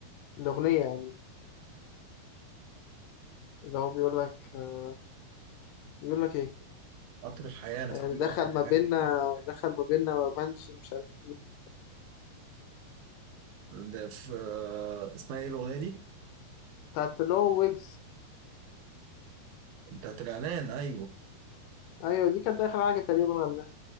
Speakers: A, on the left; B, on the right.
A: الأغنية يعني اللي هو بيقول لك آه، بيقول لك إيه
B: قطر الحياة أنا
A: آه،
B: فاكر له
A: دخل
B: قطر الحياة
A: ما بيننا دخل ما بيننا ما بانش مش عارف إيه
B: ده في آه، اسمها إيه الأغنية دي؟
A: بتاعت اللي هو ويجز
B: بتاعت الإعلان أيوه
A: أيوة دي كانت آخر حاجة تقريبا غناها